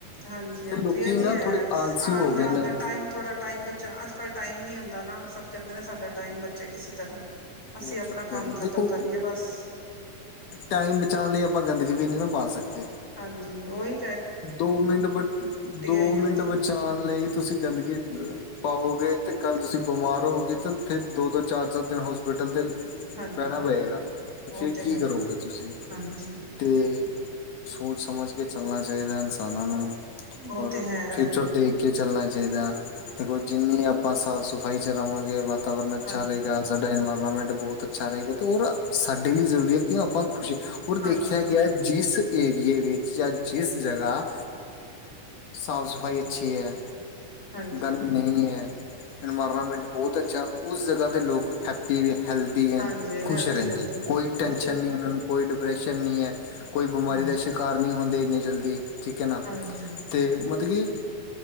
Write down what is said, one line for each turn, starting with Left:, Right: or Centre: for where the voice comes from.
Centre: ਹਾਂਜੀ ਹਾਂਜੀ
Left: ਤੇ ਲੋਕੀ
Centre: ਏ
Left: ਨਾ
Centre: ਵੀ ਹੈ
Left: ਥੋੜੇ ਆਲਸੀ
Centre: ਆਣ
Left: ਹੋ ਗਏ
Centre: ਜਾਣ
Left: ਨੇ।
Centre: ਦਾ ਟਾਈਮ ਥੋੜ੍ਹਾ ਟਾਈਮ ਬੱਚਾਣ, ਅੱਜ ਕੱਲ੍ਹ ਟਾਈਮ ਨੀ ਹੁੰਦਾ ਨਾ, ਸਭ ਕੈਂਦੇ ਨੇ ਸਾਡਾ ਟਾਈਮ ਬਚੇ ਕਿਸੀ ਤਰ੍ਹਾਂ। ਅਸੀਂ
Left: ਇਹ
Centre: ਆਪਣਾ
Left: ਚੱਕਰ
Centre: ਕੰਮ ਖਤਮ
Left: ਦੇਖੋ
Centre: ਕਰੀਏ ਬਸ।
Left: ਟਾਈਮ ਬਚਾਣ ਲਈ ਆਪਾਂ ਗੰਦਗੀ ਵੀ ਨੀ ਨਾ ਪਾ ਸਕਦੇ।
Centre: ਹਾਂਜੀ ਓਈ
Left: ਦੋ ਮਿੰਟ ਬ, ਦੋ
Centre: ਇਹੀ
Left: ਮਿੰਟ
Centre: ਹੁੰਦੀ
Left: ਬਚਾਣ
Centre: ਹੈ
Left: ਲਈ ਤੁਸੀਂ ਗੰਦਗੀ ਪਾਓਗੇ ਤੇ ਕੱਲ ਤੁਸੀਂ ਬਿਮਾਰ ਹੋਗੇ ਤਾਂ, ਫੇਰ ਦੋ ਦੋ ਚਾਰ ਚਾਰ ਦਿਨ ਹੋਸ ਹੋਸਪਿਟਲ ਤੇ
Centre: ਹਾਂਜੀ।
Left: ਰੈਣਾ ਪਏਗਾ ਤੇ
Centre: ਉਹ
Left: ਫੇਰ ਕੀ
Centre: ਹੈ
Left: ਕਰੋਗੇ ਤੁਸੀਂ?
Centre: ਹਾਂਜੀ
Left: ਤੇ ਸੋਚ ਸਮਝ ਕੇ ਚੱਲਣਾ ਚਾਈਦਾ ਇਨਸਾਨਾਂ ਨੂੰ।
Centre: ਉਹ
Left: ਔਰ
Centre: ਤੇ ਹੈ
Left: ਫਿਊਚਰ ਦੀ ਕੇ ਚੱਲਣਾ ਚਾਈਦਾ, ਦੇਖੋ ਜਿੰਨੀ ਆਪਾਂ ਸਾਫ਼ ਸਫ਼ਾਈ 'ਚ ਰਵਾਂਗੇ, ਵਾਤਾਵਰਨ ਅੱਛਾ
Centre: ਹਾਂਜੀ।
Left: ਰਏਗਾ। ਸਾਡਾ ਇਨਵਾਇਰਮੈਂਟ ਬਹੁਤ ਅੱਛਾ ਰਏਗਾ, ਤੇ ਔਰ ਸਾਡੇ ਲਈ ਜ਼ਰੂਰੀ ਏ ਕਿਉਂ ਆਪਾਂ ਖੁਸ਼ ਔਰ
Centre: ਹਾਂਜੀ
Left: ਦੇਖਿਆ ਗਿਆ ਜਿਸ ਏਰੀਏ ਵਿੱਚ ਜਾਂ ਜਿਸ ਜਗ੍ਹਾ ਸਾਫ਼ ਸਫ਼ਾਈ ਅੱਛੀ ਐ
Centre: ਹਾਂਜੀ
Left: ਗੰਦ ਨਈ ਐ, ਇਨਵਾਇਰਮੈਂਟ ਬੋਤ ਅੱਛਾ, ਉਸ ਜਗ੍ਹਾ ਦੇ ਲੋਕ ਹੈਕ ਪੀ ਹੈਲਦੀ
Centre: ਹਾਂਜੀ
Left: ਐਨ ਖੁਸ਼
Centre: ਹੈਲਦੀ
Left: ਰੈਂਦੇ,
Centre: ਰਹਿੰਦੇ ਨੇ
Left: ਕੋਈ
Centre: ਬਿਲਕੁਲ
Left: ਟੈਂਸ਼ਨ ਨੀ ਓਨਾਂ ਨੂੰ, ਕੋਈ ਡਿਪ੍ਰੈਸ਼ਨ ਨੀ ਐ। ਕੋਈ ਬਿਮਾਰੀ
Centre: ਹਮ।
Left: ਦਾ ਸ਼ਿਕਾਰ ਨੀ ਹੁੰਦੇ ਏਨੀ ਜਲਦੀ, ਠੀਕ ਏ ਨਾ
Centre: ਹਾਂਜੀ
Left: ਤੇ ਮਤਬ ਕੀ <inaudible>